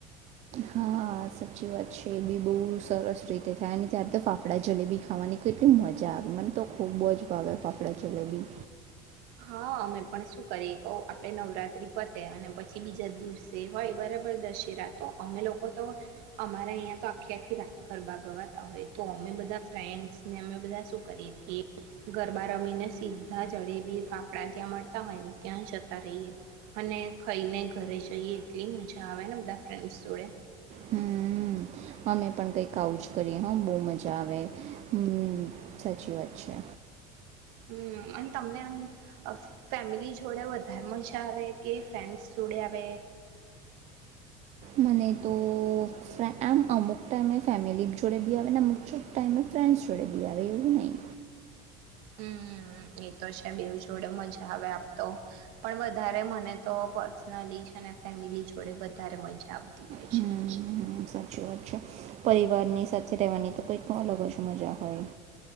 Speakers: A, on the right; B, on the right.
A: હા સાચી વાત છે એ બી બહુ સરસ રીતે થાય અને ત્યારે તો ફાફડા જલેબી ખાવાની કેટલી મજા આવે મને તો ખૂબ જ ભાવે ફાફડા જલેબી.
B: હા અમે પણ શું કરીએ કહ આપણે નવરાત્રિ પતે અને પછી બીજા દિવસે હોય બરાબર દશેરા તો અમે લોકો તો અમારા અહીંયા તો આખી આખી રાત ગરબા ગવાતા હોય તો અમે બધા ફ્રેન્ડ્સને અમે બધા શું કરીએ કે ગરબા રમીને સીધા જડે બી. ફાફડા ત્યાં મળતા હોય ને ત્યાં જતા રહીએ અને ખઈને ઘરે જઈએ એટલી મજા આવે ને બધા ફ્રેન્ડ જોડે
A: હમ અમે પણ કઈક આવું જ કરી હ બહુ મજા આવે હ સાચી વાત છે.
B: હમ અને તમને આમ ફેમિલી જોડે વધારે મજા આવે કે ફ્રેન્ડસ જોડે આવે
A: મને તો ફેન્ડ એમ અમુક ટાઈમે ફેમિલી જોડે બી આવે ને અમુક ટાઈમે ફ્રેન્ડસ જોડે બી આવે એવું નહી
B: હમ એ તો છે બેવ જોડે મજા આવે આપતો પણ વધારે મને તો પર્સનલી છે ને ફેમિલી જોડે વધારે મજા આવતી હોય
A: હમ
B: છે.
A: સાચી વાત છે પરિવારની સાથે રહેવાની તો કંઈક અલગ જ મજા હોય